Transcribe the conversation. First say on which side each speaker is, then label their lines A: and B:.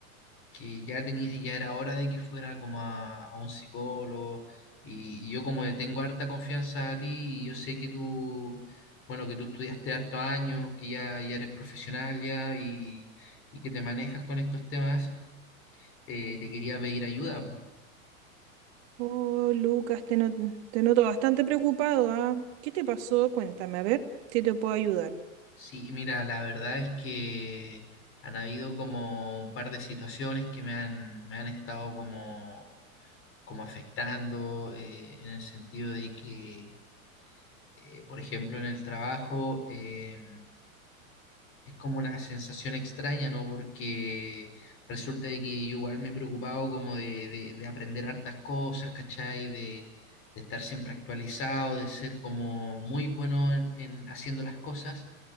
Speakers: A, on the left (about 30°); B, on the right (about 50°).
A: que ya tenía, ya era hora de que fuera como a, a un psicólogo. Y, y yo como le tengo harta confianza a ti, y yo sé que tú, bueno, que tú estudiaste hartos años, que ya, ya eres profesional ya y, y que te manejas con estos temas, eh, te quería pedir ayuda.
B: Oh, Lucas, te, not- te noto bastante preocupado, ¿ah? ¿Qué te pasó? Cuéntame, a ver si te puedo ayudar.
A: Sí, mira, la verdad es que han habido como un par de situaciones que me han, me han estado como, como afectando, eh, en el sentido de que, eh, por ejemplo, en el trabajo, eh, es como una sensación extraña, ¿no? Porque resulta de que yo igual me he preocupado como de, de- de aprender hartas cosas, ¿cachai? De, de estar siempre actualizado, de ser como muy bueno en en haciendo las cosas